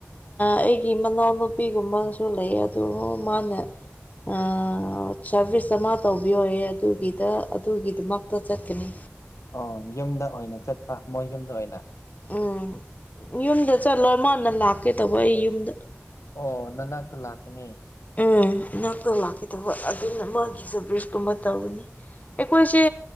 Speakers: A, on the left; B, on the left.
A: ꯑꯩꯒꯤ ꯃꯅꯥꯎ ꯅꯨꯄꯤꯒꯨꯝꯕꯅꯁꯨ ꯂꯩ ꯑꯗꯨ ꯃꯥꯅ ꯑ ꯁꯥꯔꯚꯤꯁ ꯑꯃ ꯇꯧꯕꯤꯌꯣꯌꯦ ꯑꯗꯨꯒꯤꯗ ꯑꯗꯨꯒꯤꯗꯃꯛꯇ ꯆꯠꯀꯅꯤ
B: ꯑꯣ ꯌꯨꯝꯗ ꯑꯣꯏꯅ ꯆꯠꯄ ꯃꯣꯏ ꯌꯨꯝꯗ ꯑꯣꯏꯅ
A: ꯎꯝ ꯌꯨꯝꯗ ꯆꯠꯂꯣꯏ ꯃꯥꯅ ꯂꯥꯛꯀꯦ ꯇꯧꯕ ꯑꯩ ꯌꯨꯝꯗ
B: ꯑꯣ ꯅꯅꯥꯛꯇ ꯂꯥꯛꯀꯅꯤ
A: ꯎꯝ ꯏꯅꯛꯇ ꯂꯥꯛꯀꯦ ꯇꯧꯕ ꯑꯗꯨꯅ ꯃꯥꯒꯤꯁꯨ ꯕ꯭ꯔꯤꯁꯀꯨꯝꯕ ꯇꯧꯅꯤ ꯑꯩꯣꯏꯁꯦ